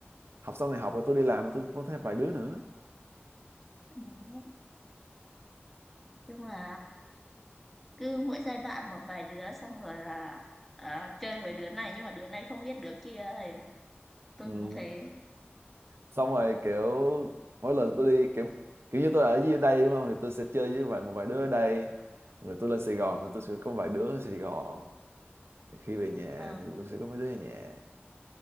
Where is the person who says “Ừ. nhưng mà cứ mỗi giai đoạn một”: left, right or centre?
Centre